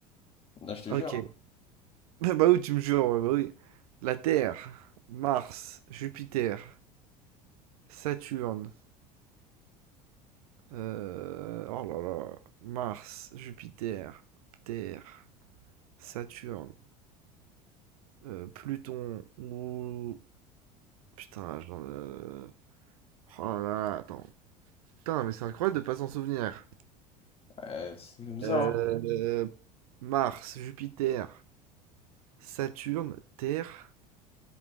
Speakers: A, on the left; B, on the right.
A: Non, je te
B: OK.
A: jure.
B: <laughs> Bah bah oui, tu me jures, ouais, bah oui. La Terre, Mars, Jupiter, Saturne, heu, oh là là, Mars, Jupiter, Terre, Saturne, heu, Pluton ou putain, j'en, heu, oh là là, attends. Putain, mais c'est incroyable de pas s'en souvenir.
A: Euh, c'est comme ça.
B: Heu,
A: hein.
B: Mars, Jupiter, Saturne, Terre,